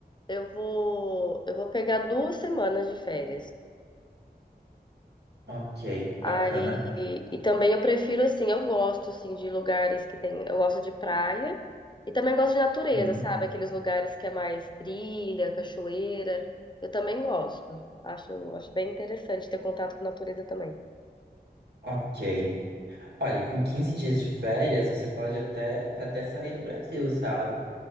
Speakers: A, on the left; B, on the right.
A: eu vou, eu vou pegar duas semanas de férias.
B: ok, bacana.
A: Aí, e também eu prefiro assim, eu gosto assim de lugares que tem, eu gosto de praia e também gosto de natureza,
B: Hum,
A: sabe? Aqueles lugares que é mais trilha, cachoeira. Eu também gosto. Acho, acho bem interessante ter contato com a natureza também.
B: ok. Olha, com 15 dias de férias, você pode até até sair do Brasil, sabe?